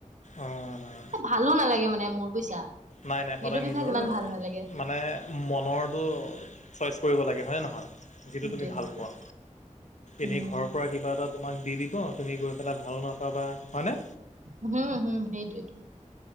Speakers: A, on the left; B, on the right.
A: অ'।
B: ভালো নালাগে মানে মোৰ বুজিছা।
A: নাই, নাই সদায়
B: এইটো
A: নিজৰ
B: বিভাগ ইমান ভাল নালাগে
A: মানে মনৰতো চইচ কৰিব লাগে হয়ে নহয়। যিটো
B: সেইটোৱে
A: তুমি ভাল
B: সেইটোৱে
A: পোৱা,
B: উম
A: এনেই ঘৰৰ পৰা কিবা এটা তোমাক দি দিব, তুমি গৈ পেলাই ভাল নাপাবা হয়নে।
B: উম হুম, সেইটৱেটো।